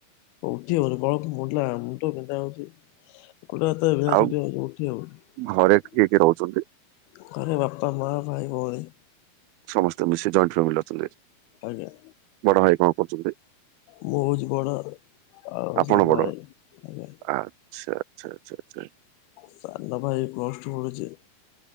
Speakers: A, on the left (about 85°); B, on the right (about 80°).
A: <unintelligible> <unintelligible>
B: ଆଉ ଘରେ କିଏ କିଏ ରହୁଛନ୍ତି?
A: ଘରେ ବାପା ମା ଭାଇ ଭଉଣୀ।
B: ସମସ୍ତେ ମିଶି ଜଏଣ୍ଟ ଫ୍ୟାମିଲିରେ ଅଛନ୍ତି?
A: ଆଜ୍ଞା।
B: ବଡ଼ଭାଇ କଣ କରୁଛନ୍ତି?
A: ମୁଁ ହଉଛି ବଡ ଆଉ
B: ଆପଣ
A: ସାନ
B: ବଡ
A: ଭାଇ ଆଜ୍ଞା
B: ଆଚ୍ଛା? ଆଚ୍ଛା ଆଚ୍ଛା ଆଚ୍ଛା।
A: ସାନ ଭାଇ ପ୍ଲସ ଟୁ ପଢୁଚି।